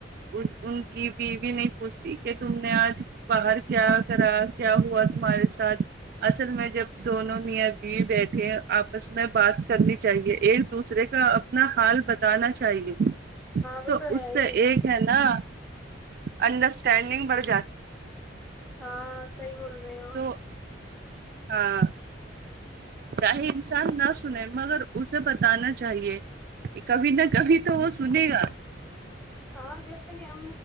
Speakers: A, on the right; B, in the centre.
A: ان کی بیوی نہیں پوچھتی کہ تم نے آج باہر کیا کرا کیا ہوا تمہارے ساتھ اصل میں جب دونوں میاں بیوی بیٹھے آپس میں بات کرنی چاہیے ایک دوسرے کا اپنا حال بتانا چاہیے
B: وہ
A: تو اس
B: ہے ہی
A: سے ایک ہے نا انڈرسٹینڈنگ بڑھ جاتی
B: ہاں صحیح بول رہے ہو
A: تو ہاں چاہے انسان نہ سنے مگر اسے بتانا چاہیے کبھی نہ کبھی تو وہ سنے گا
B: ہاں جیسے کہ ہم